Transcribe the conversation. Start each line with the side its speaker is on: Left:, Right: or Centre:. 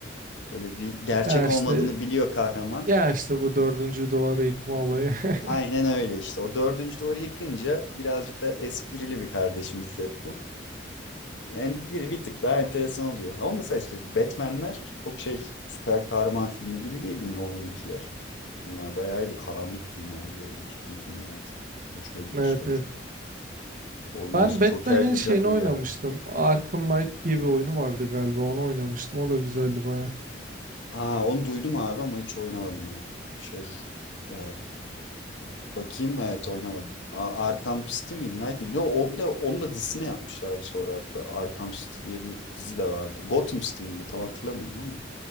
Left: böyle bir gerçek
Right: Ya işte
Left: olmadığını biliyor kahraman.
Right: e, ya işte bu dördüncü duvarı yıkma olayı. <laughs>
Left: Aynen öyle işte o dördüncü duvarı yıkınca birazcık da esprili bir kardeşimiz Deadpool. Yani biri bir tık daha enteresan oluyor. Ama mesela işte Batman'ler çok şey süper kahraman filmi gibi değildi Nolan'ınkiler. Bunlar bayağıydı karanlık filmlerdi böyle ciddi filmlerdi. Hoşuma gitmişti
Right: Evet
Left: o
Right: evet.
Left: çok. Oradan
Right: Ben
Left: şey
Right: Batman'in
Left: Joker deyince
Right: şeyini
Left: aklıma
Right: oynamıştım.
Left: geldi.
Right: Arkham Knight diye bir oyunu vardı galiba. Onu oynamıştım. O da güzeldi baya.
Left: Aa onu duydum abi ama hiç oynamadım ya. Şey e, bakayım evet oynamadım. A- Arkham City miydi Night miydi? Yo, onu da, onu da dizisine yapmışlardı sonra hatta. Arkham City diye bir dizi de vardı. Gotham City miydi tam hatırlamıyorum ama.